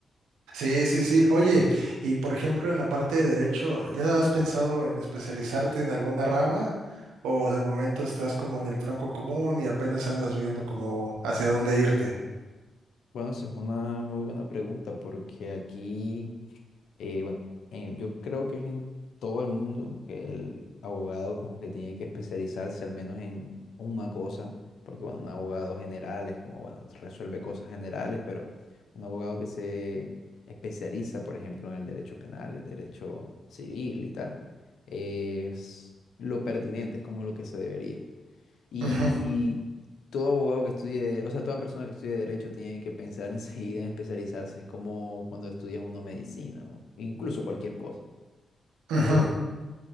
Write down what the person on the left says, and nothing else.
Bueno, esa es una muy buena pregunta porque aquí... Eh, bueno, eh, yo creo que es en todo el mundo que el abogado como que tiene que especializarse al menos en una cosa, porque bueno, un abogado general es como, bueno, resuelve cosas generales, pero un abogado que se especializa, por ejemplo, en el derecho penal, el derecho civil y tal, es lo pertinente, es como lo que se debería. Y
todo abogado que estudie, o sea, toda persona que estudie derecho tiene que pensar <laughs> enseguida en especializarse. Es como cuando estudias uno medicina o incluso cualquier cosa.
Eh,